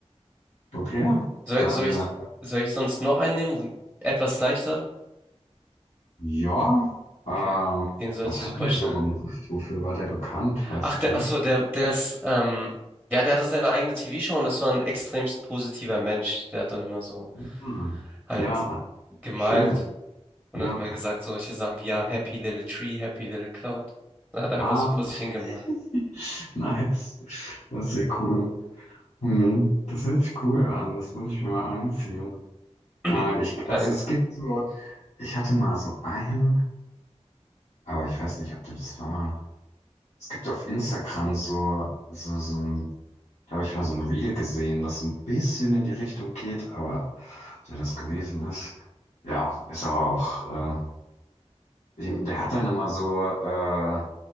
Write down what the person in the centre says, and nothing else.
Soll,
soll ich,
soll ich sonst noch einen nehmen? Etwas leichter?
Okay. Den sollst
du super
schnell
Ach, der,
ach so, der, der ist, ähm, ja, der hatte seine eigene TV-Show und das war ein extremst positiver Mensch. Der hat dann immer so
halt
gemalt
und
dann immer gesagt solche Sachen wie, ja, Happy Little Tree, Happy Little Cloud. Dann hat er
einfach so vor
sich hingemalt.
<clears throat>
Kein,